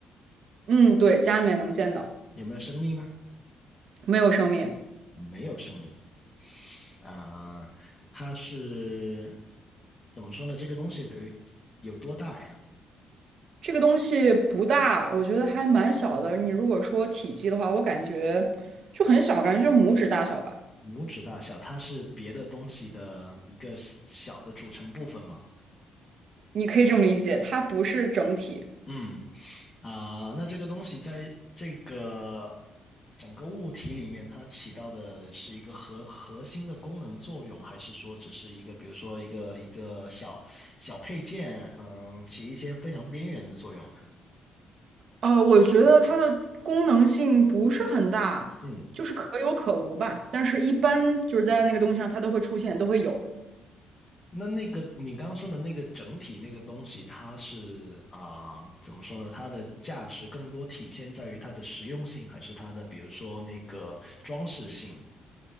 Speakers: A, on the right; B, on the left.
A: 嗯，对，家里面能见到，
B: 有没有生命呢？
A: 没有生命。
B: 没有生命。啊、它是怎么说呢？这个东西得有多大呀？
A: 这个东西不大，我觉得还蛮小的。你如果说体积的话，我感觉就很小，感觉就是拇指大小吧。
B: 拇指大小，它是别的东西的一个小的组成部分吗？
A: 你可以这么理解，它不是整体。
B: 嗯，啊，那这个东西在这个整个物体里面，它起到的是一个核核心的功能作用，还是说只是一个，比如说一个一个小小配件，嗯，起一些非常边缘的作用呢？
A: 呃，我觉得它的功能性不是很大，
B: 嗯，
A: 就是可有可无吧。但是一般就是在那个东西上，它都会出现，都会有。
B: 那那个你刚刚说的那个整体那个东西，它是啊，怎么说呢？它的价值更多体现在于它的实用性，还是它的比如说那个装饰性？